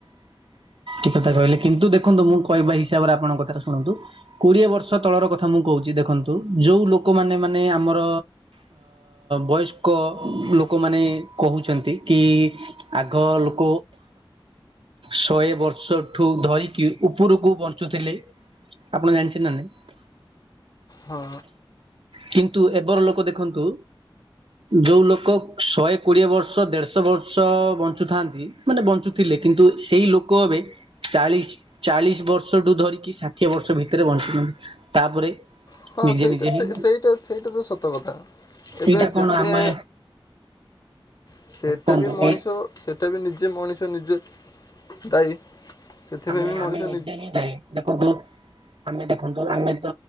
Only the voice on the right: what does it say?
ିକ କଥା କହିଲେ କିନ୍ତୁ ଦେଖନ୍ତୁ ମୁଁ କହିବା ହିସାବରେ ଆପଣଙ୍କ କଥାଟ ଶୁଣନ୍ତୁ କୋଡିଏ ବର୍ଷ ତଳର କଥା ମୁଁ କହୁ ଦେଖନ୍ତୁ ଯୋଉ ଲୋକମାନେ ମାନେ ଆମର ବୟସ୍କ ଲୋକ ଲୋକ ମାନେ କହୁଛନ୍ତି କି ଆଗ ଲୋକ ଶହେ ବର୍ଷ ସେଠୁ ଧରିକି ଉପରକୁ ବଞ୍ଚୁଥିଲେ ଆପଣ ଜାଣିଛନ୍ତି ନ ନାଇଁ
କିନ୍ତୁ ଏବର ଲୋକ ଦେଖନ୍ତୁ ଯୋଉ ଲୋକ ଶହେ କୋଡିଏ ବର୍ଷ ଦେଢଶହ ବର୍ଷ ବଞ୍ଚୁଥାନ୍ତି ମାନେ ବଞ୍ଚୁଥିଲେି କିନ୍ତୁ ସେଇ ଲୋକେ ଏବେ ଚାଳିଶ ଚାଳିଶ ବର୍ଷଠୁ ଧରିକି ଷାଠିଏ ବର୍ଷ ଭିତରେ ବଞ୍ଚିଛନ୍ତି ତାପରେ
ନିଜେ
ନିଜେ
ହିଁ
ଏଇଟା କଣ
ଆମେ
କୁହନ୍ତୁ
ଏଇ
ଆମେ
ଆମେ ନିଜେ ହିଁ ଥାଏ ଦେଖନ୍ତୁ ଆମେ ଦେଖନ୍ତୁ ଆମେ ତ